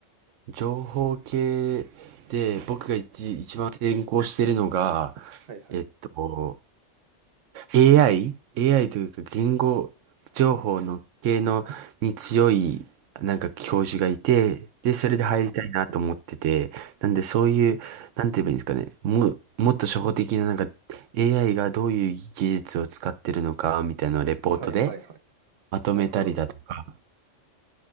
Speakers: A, on the right (about 80°); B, on the right (about 55°).
A: 情報系で僕が一、一番専攻しているのが、
B: はいはい、
A: えっと、AI?AI というか言語情報の系のに強いなんか教授がいて、で、
B: はいはい、
A: それで入りたいなと思ってて、なんでそういう、なんて言えばいいんですかね、も、もっと初歩的ななんか AI がどういう技術を使ってるのかみたいなのをレポートで
B: はいはいはい。
A: まとめたりだとか、
B: なるほど。